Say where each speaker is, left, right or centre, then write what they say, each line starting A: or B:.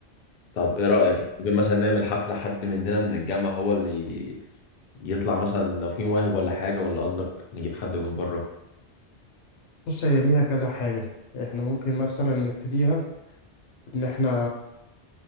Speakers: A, on the left; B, on the left.
A: طب ايه رأيك يعني ممكن مثلا نعمل حفلة حد مننا من الجامعة هو اللي يطلع مثلا لو في مواهب ولا حاجة ولا قصدك نجيب حد من بره
B: فبص هي ليها كذا حاجة احنا ممكن مثلا نبتديها إن احنا